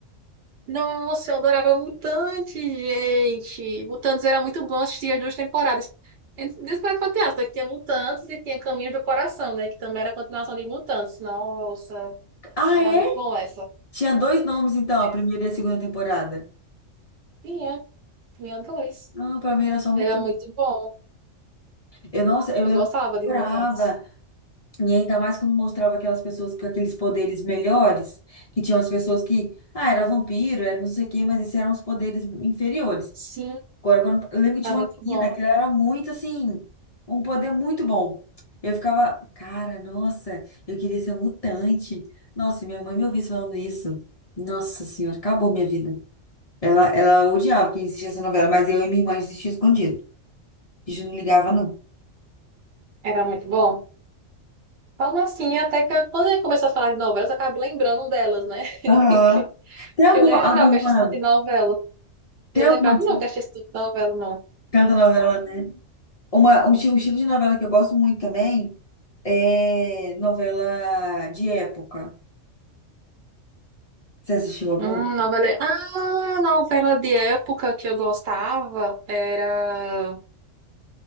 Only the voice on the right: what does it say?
Nossa, eu adorava Mutantes, gente. Mutantes era muito bom assistir as duas temporadas. Despertar Fantasma, que tinha Mutantes e tinha Caminho do Coração, né? Que também era a continuação de Mutantes. Nossa,
era
muito bom essa.
Essa
Tinha, tinha dois.
Era muito bom.
Eu
gostava
de Mutantes.
Sim,
tá
muito
bom.
Era muito bom. Falando assim, até que eu- quando eu começou a falar de novelas, eu acabo lembrando delas, né? <laughs>
Que eu lembrava
que eu assistia de novela.
Eu
lembrava,
não, que eu assistia de novela, não.
Hum, novela... é, Ah, novela de época que eu gostava era